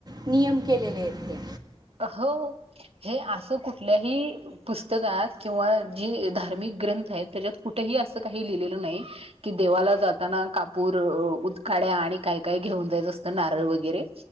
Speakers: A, on the right; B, on the right.
A: नियम केलेले आहेते
B: हो हे असं कुठलं ही पुस्तकात किंवा जी धार्मिक ग्रंथ आहेत त्याच्यात कुठेही असं काही लिहिलेलं नाही कि देवाला जाताना कापूर उदकाड्या आणि काय काय घेऊन जायचं असतं नारळ वगैरे